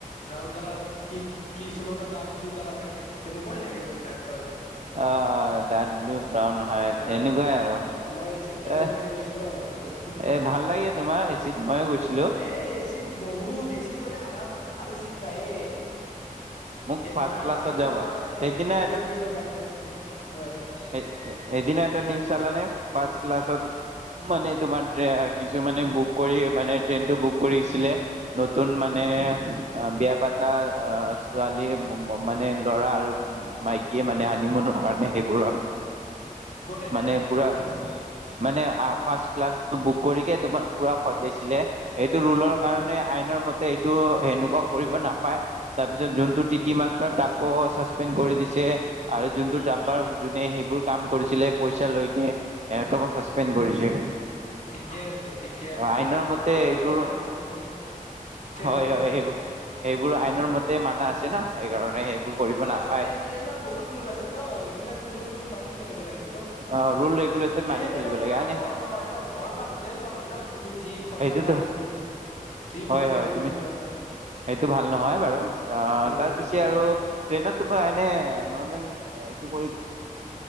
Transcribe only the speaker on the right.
অ', অ', ডাৰ্ক ব্লু, ব্ৰাউন, হোৱাইট
সেনেকুৱাই আৰু
এ।
এ ভাল লাগে তোমাৰ এচিত ময়োঁ গৈছোঁ।
মোক ফাৰ্ষ্ট
ক্লাছত
যাব
সেইদিনা
এ-এদিনা এটা নিউজ চালানে? ফাৰ্ষ্ট ক্লাছত মানে তোমাৰ কিছুমানে বুক কৰি, মানে ট্ৰেইনটো বুক কৰিছিলে নতুন মানে, বিয়া পাতা আহ ছোৱালীয়ে মানে ল'ৰা আৰু মাইকীয়ে মানে হানিমুনৰ কাৰণে সেইবোৰৰ
মানে পুৰা
মানে ফাৰ্ষ্ট ক্লাছ বুক কৰিকে তোমাৰ পুৰা সজাইছিলে। এইটো ৰুলৰ
কাৰণে আইনৰ মতে এইটো সেনেকুৱা কৰিব নাপায়। তাৰপিছত যোনটো টি, টি মাষ্টাৰ তাকো ছাছপেণ্ড কৰি দিছে। আৰু যোনটো ডাব্বাৰ যোনে সেইবোৰ কাম কৰিছিলে পইচা লৈকে এহতটকো চাচপেণ্ড কৰিছে
আইনৰ
মতে
এইটোৰ
হয় হয় সেইবোৰ সেইবোৰ আইনৰ মতে মানা আছে ন সেইকাৰণে সেইবোৰ কৰিব
নাপায়
অ', ৰুল ৰেগুলেশ্যন
মানি চলিব
লাগে হয়নে
সেইটোতো
<inaudible>
হয়
হয়
তুমি
সেইটো ভাল নহয় বাৰু আহ
তাৰ পিছে আৰু ট্ৰেইনত তো এনে নৰ্মেল এইটো কৰি